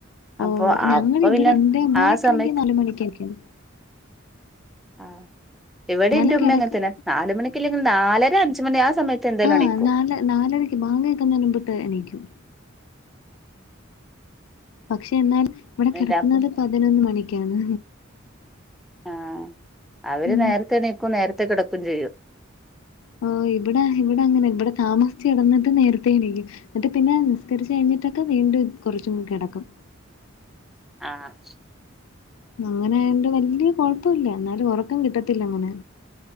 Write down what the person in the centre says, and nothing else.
അപ്പൊ
അപ്പൊ പിന്നെ
ആ സമയത്ത്
ആഹ് ഇവിടെന്റെ
ഉമ്മങ്ങൻതന്നെ
നാല് മണിക്ക് ഇല്ലെങ്കി നാലര അഞ്ചുമണി ആ സമയത്ത് എന്തായാലും
എണീക്കും
എന്താപ്പം
ആഹ് അവര്
നേരത്തെ എണീക്കും നേര നേരത്തെ കേടക്കും ചെയ്യും
ആഹ്